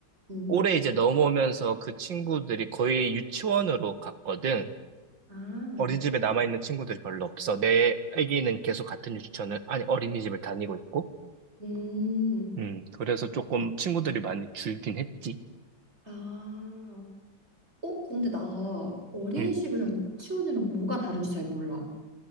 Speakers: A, on the right; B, on the right.
A: 응.
B: 올해 이제 넘어오면서 그 친구들이 거의 유치원으로 갔거든.
A: 아,
B: 어린이집에 남아있는 친구들이 별로 없어. 내 아기는 계속 같은 유치원을, 아니, 어린이집을 다니고 있고,
A: 음,
B: 음, 그래서 조금 친구들이 많이 줄긴 했지.
A: 아. 어, 근데 나 어린이집이랑
B: 음.
A: 유치원이랑 뭐가 다른지 잘 몰라.